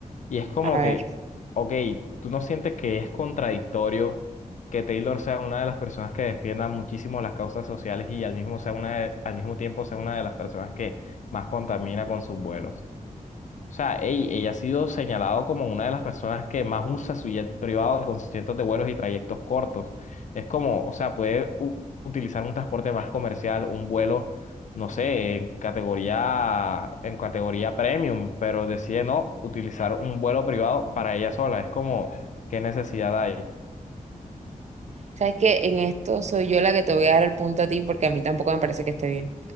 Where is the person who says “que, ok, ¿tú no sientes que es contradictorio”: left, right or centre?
Left